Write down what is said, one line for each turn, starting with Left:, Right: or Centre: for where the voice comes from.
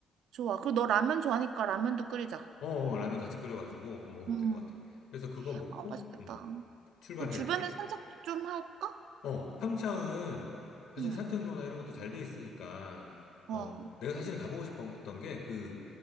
Right: 좋아. 그리고 너 라면 좋아하니까 라면도 끓이자.
Left: 어, 어, 라면 같이 끓여가지고 먹으면
Right: 음,
Left: 될 것 같아. 그래서 그거 먹고
Right: 아, 맛있겠다.
Left: 음, 출발해
Right: 그 주변에 산책 좀 할까?
Left: 어, 평창은 사실
Right: 응.
Left: 산책로나 이런 것도 잘 돼 있으니까,
Right: 어,
Left: 어, 내가 사실 가보고 싶었던 게 그